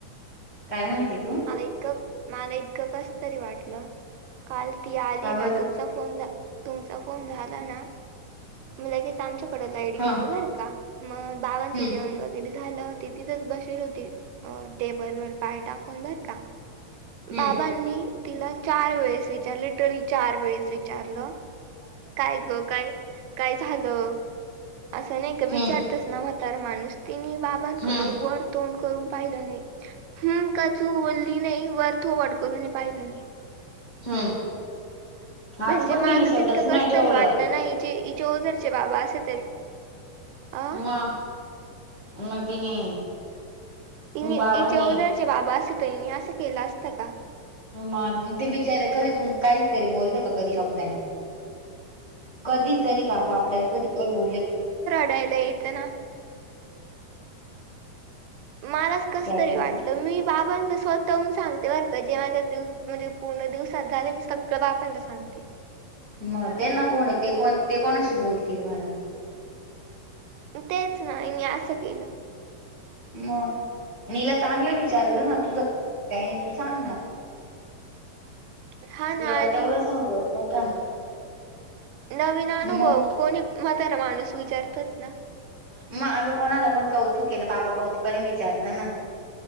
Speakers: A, on the left; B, on the right.
A: काय म्हणते तू?
B: एक. मला इतकं कसतरी वाटलं. काल ती आली
A: का बर
B: ना, तुमचा फोन तुमचा फोन झाला ना. म लगेच आमच्याकड लाईट
A: हा
B: गेली बर का मग बाबांचं
A: हम्म
B: जेवण वगैरे झालं ती तिथच बसेल होती अ टेबल वर पाय टाकून बर का.
A: हम्म
B: बाबांनी तिला चार वेळेस विचार लिट्रली चार वेळेस विचारलं.
A: ह <inaudible>
B: काय ग काय, काय झालं असं नाही का विचार
A: हम्म
B: तेच ना म्हतार माणूस तिन बाबांकड
A: हम्म
B: वर तोंड करून पाहिलं नाही ह का चू बोलली नाही वर थोवड करूनय पाहिलं नाही <unintelligible>
A: हम्म. आज
B: म्हणजे
A: पण
B: मालस
A: तिने स्टेटस
B: इतकं
A: नाही
B: कस
A: ठेवलं
B: तरी वाटलं नाहीचे इचे ओजरचे बाबा असे तरी, अ
A: म म तिने.
B: इनेचे
A: बाबांनी
B: वजारचे बाबा अस त इने असं केलं असतं का?
A: मग ते बिचारे कधी तु काहीतरी बोलते का कधी शब्दाने. कधी तरी बाबा आपल्याला तरी बोलले.
B: डायला यायचं ना. मलाच
A: का?
B: कस तरी वाटलं मी. बाबांना स्वतःहून सांगते बर का जे माझ्या म्हणजे पूर्ण दिवसात झाले मी सगळं बाबांना सांगते.
A: मग त्यांना कोण आहे ते कोण ते कोणाशी बोलतील बर.
B: तेच ना मी असं केलं.
A: मग नला चांगलं विचारलं ना तुझं काय नाही तू सांग ना.
B: हा ना
A: तुला का
B: आणि
A: तेवढं सांगत नाही का.
B: नवीन अनुभव
A: मग
B: कोणी मातारा माणूस विचारतच ना.
A: मग मागं कोणाला पण कौतुक आहे ना बाबा कौतुक आणि विचारता ना.